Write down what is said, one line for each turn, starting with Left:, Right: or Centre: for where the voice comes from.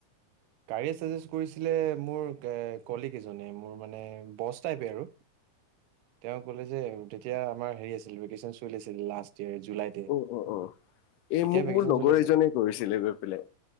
Right: গাড়ীয়ে চাজেষ্ট কৰিছিলে মোৰ কলিক‌ এজনে মোৰ মানে বছ টাইপে আৰু তেওঁ কলে যে তেতিয়া আমাৰ হাৰি আছিল ভেকেচন চলি আছিল লাষ্ট। জুলাইতে,
Left: অ অ অ এই
Right: এতিয়া
Left: মোক
Right: ভেকেস্বন
Left: মোৰ লগৰ
Right: চলি আছে।
Left: এজনে কৰিছিলে গৈ পেলাই